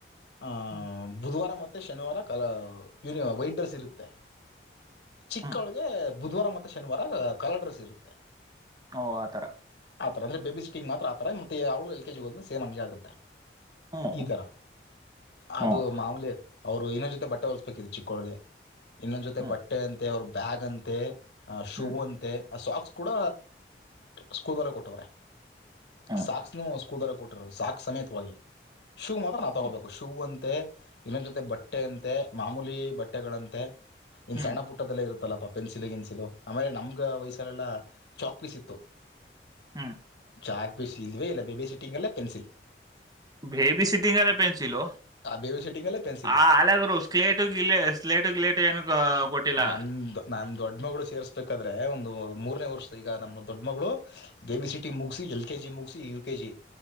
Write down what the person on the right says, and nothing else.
ಹ್ಮ್
ಹ್ಮ್
ಓ ಆತರ.
ಹ್ಮ್
ಹ್ಮ್
ಹ್ಮ್
ಹ್ಮ್
ಹ್ಮ್
ಹ್ಮ್
ಹ್ಮ್
ಹ್ಮ್
ಬೇಬಿ ಸಿಟಿಂಗ್ ಅಲ್ಲ ಪೆನ್ಸಿಲ್
ಆ ಅಲಗರು ಸ್ಲೇಟು ಗಲ ಸ್ಲೇಟು ಗ್ಲೇಟು ಏನು ಕೊಟ್ಟಿಲ್ಲ